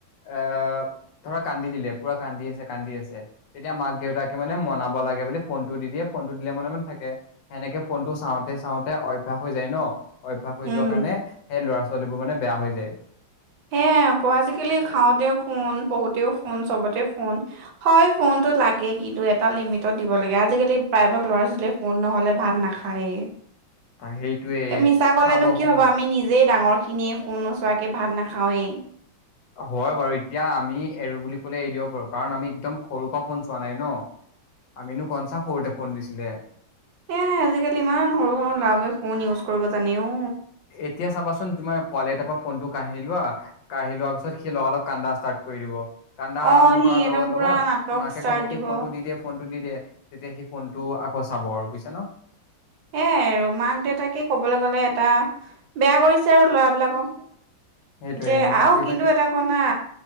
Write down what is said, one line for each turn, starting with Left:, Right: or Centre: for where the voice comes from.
Left: অহ ধৰা কান্দি দিলে পুৰা কান্দি আছে কান্দি আছে তেতিয়া মাক দেউতাকে মানে মনাব লাগে বুলি ফোনটো দি দিয়ে ফোনটো দিলে মনে মনে থাকে সেনেকে ফোনটো চাওঁতে চাওঁতে অভ্যাস হৈ যায় ন অভ্যাস হৈ
Right: উম
Left: যোৱা কাৰণে সেই ল'ৰা ছো ছোৱালীবোৰ মানে বেয়া হৈ যায়
Right: সেয় আকৌ আজিকালি খাওঁতেও ফোন পঢ়োতেও ফোন চবতে ফোন হয় ফোনটো লাগেই কিন্তু এটা লিমিটত দিব লাগে আজিকালি প্ৰায়ভাগ ল'ৰা ছোৱালীয়ে ফোন নহলে ভাত নাখায়েই
Left: তা সেইটোৱে
Right: এ মিছা কলেনো
Left: খাব
Right: কি
Left: সময়ত
Right: হব আমি নিজেই ডাঙৰ খিনিয়ে ফোন নোচোৱাকে ভাত নাখা খাওঁৱেই
Left: হয় বাৰু এতিয়া আমি এৰো বুলি কলে এৰি দিব পাৰো কাৰণ আমি একদম সৰু পৰা ফোন চোৱা নাই ন আমিনো কোনচা সৰুতে ফোন দিছিলে
Right: সেয়াহে আজিকালি ইমান সৰু সৰু ল'ৰাবোৰে ফোন ইউজ ক'ৰিব জানেও
Left: এতিয়া চাবাচোন তোমাৰ পোৱালি এটাৰ পৰা ফোন টো কাঢ়ি লোৱা কাঢ়ি লোৱা পিছত সি লগা লগ কান্দা ষ্টাৰ্ট কৰি দিব। কান্দা
Right: অ'
Left: আৰম্ভ
Right: সি
Left: কৰাৰ
Right: একদম
Left: লগত-
Right: পুৰা
Left: লগত
Right: নাটক
Left: মাকে
Right: ষ্টাৰ্ট
Left: কব
Right: দিব।
Left: কি ফোন টো দি দে- ফোনটো দি দে। তেতিয়া সি ফোনটো আকৌ চাব আৰু বুজিছা ন?
Right: এয়াই আৰু মাক দেউতাকে ক'বলৈ গ'লে এটা বেয়া কৰিছে আৰু ল'ৰাবিলাকক।
Left: সেইটোয়ে
Right: যে
Left: মাক
Right: আৰুও
Left: দেউতাকে
Right: কিন্তু এটা কনা